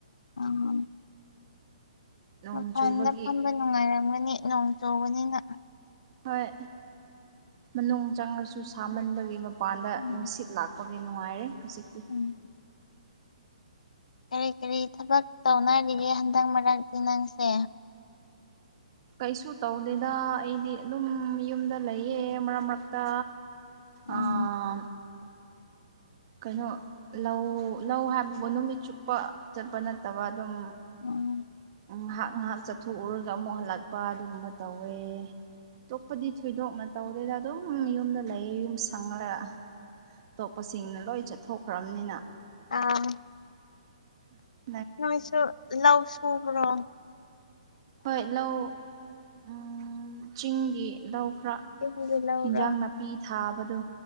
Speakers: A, on the left; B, on the right.
A: ꯎꯝ
B: ꯅꯣꯡ
A: ꯃꯄꯥꯟꯗ
B: ꯆꯨꯕꯒꯤ
A: ꯐꯝꯕ ꯅꯨꯡꯉꯥꯏꯔꯝꯒꯅꯤ ꯅꯣꯡ ꯆꯨꯕꯅꯤꯅ
B: ꯍꯣꯏ ꯃꯅꯨꯡ ꯆꯪꯉꯁꯨ ꯁꯥꯃꯟꯕꯒꯤ ꯃꯄꯥꯟꯗ
A: ꯎꯝ
B: ꯅꯨꯡꯁꯤꯠ ꯂꯥꯛ ꯄꯒꯤ ꯅꯨꯡꯉꯥꯏꯔꯦ ꯍꯧꯖꯤꯛꯇꯤ
A: ꯎꯝ ꯀꯔꯤ ꯀꯔꯤ ꯊꯕꯛ ꯇꯧꯅꯔꯤꯒꯦ ꯍꯟꯗꯛ ꯃꯔꯛꯇꯤ ꯅꯪꯁꯦ
B: ꯀꯩꯁꯨ ꯇꯧꯗꯦꯗ ꯑꯩꯗꯤ ꯑꯗꯨꯝ ꯌꯨꯝꯗ ꯂꯩꯌꯦ ꯃꯔꯛ ꯃꯔꯛꯇ
A: ꯎꯝ
B: ꯑꯥ ꯀꯩꯅꯣ ꯂꯧ ꯂꯧ ꯍꯥꯏꯕꯕꯨ ꯅꯨꯃꯤꯠ ꯆꯨꯞꯄ ꯆꯠꯄ ꯅꯠꯇꯕ ꯑꯗꯨꯝ
A: ꯎꯝ
B: ꯉꯥꯏꯍꯥꯛ ꯉꯥꯏꯍꯥꯛ ꯆꯠꯊꯣꯛꯎꯔꯒ ꯑꯃꯨꯛ ꯍꯜꯂꯛꯄ ꯑꯗꯨꯒꯨꯝꯕ ꯇꯧꯋꯦ ꯑꯇꯣꯞꯄꯗꯤ ꯊꯣꯏꯗꯣꯛꯅ ꯇꯧꯗꯦꯗ ꯑꯗꯨꯝ ꯌꯨꯝꯗ ꯂꯩꯌꯦ ꯌꯨꯝ ꯁꯪꯉꯒ ꯑꯇꯣꯞꯄꯁꯤꯡꯅ ꯂꯣꯏ ꯆꯠꯊꯣꯛꯈ꯭ꯔꯕꯅꯤꯅ
A: ꯑꯥ
B: <inaudible>
A: ꯅꯣꯏꯁꯨ ꯂꯧ ꯁꯨꯕ꯭ꯔꯣ
B: ꯍꯣꯏ ꯂꯧ ꯎꯝ ꯆꯤꯡꯒꯤ ꯂꯧ ꯈꯔ
A: ꯆꯤꯡꯒꯤ ꯂꯧꯔꯣ
B: ꯍꯤꯟꯖꯥꯡ ꯅꯥꯄꯤ ꯊꯥꯕꯗꯣ